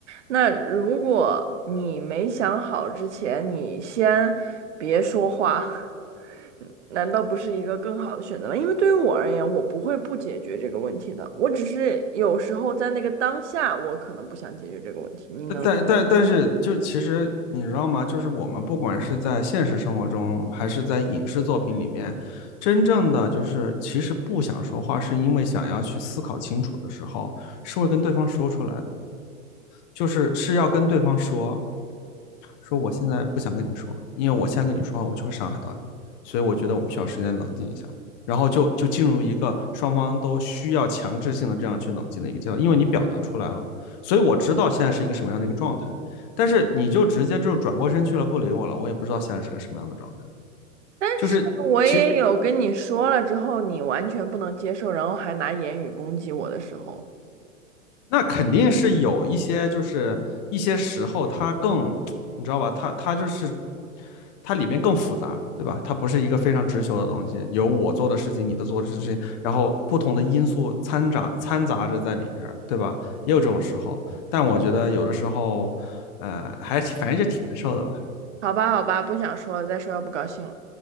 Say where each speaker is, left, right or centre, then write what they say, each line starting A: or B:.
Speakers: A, on the right; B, on the left.
A: 那如果你没想好之前，你先别说话，<laughs> 难道不是一个更好的选择吗？因为对于我而言，我不会不解决这个问题的，我只是有时候在那个当下，我可能不想解决这个问题。你能？
B: 但但但但是，就其实你知道吗？就是我们不管是在现实生活中，还是在影视作品里面，真正的就是其实不想说话，是因为想要去思考清楚的时候，是会跟对方说出来的，就是是要跟对方说，说我现在不想跟你说，因为我现在跟你说话，我就会伤害到你，所以我觉得我们需要时间冷静一下。然后就就进入一个双方都需要强制性的这样去冷静的一个阶段，因为你表达出来了，所以我知道现在是一个什么样的一个状态。但是你就直接就转过身去了，不理我了，我也不知道现在是个什么样的状态。
A: 但是我也有跟你说了之后，
B: 就是其实
A: 你完全不能接受，然后还拿言语攻击我的时候，
B: 那肯定是有一些，就是一些时候它更，你知道吧？它它就是它里面更复杂，对吧？它不是一个非常直球的东西，有我做的事情，你的做的事情，然后不同的因素掺杂掺杂着在里边对吧？也有这种时候，但我觉得有的时候，呃，还是反正就挺难受的吧。
A: 好吧，好吧，不想说了，再说要不高兴了，